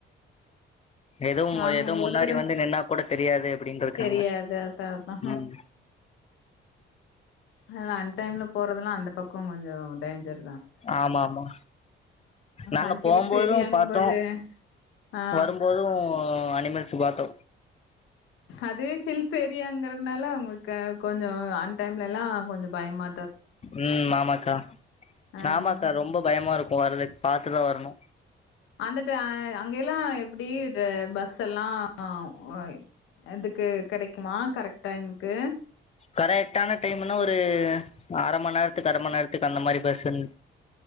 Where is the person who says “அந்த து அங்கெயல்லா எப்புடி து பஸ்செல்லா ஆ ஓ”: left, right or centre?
Left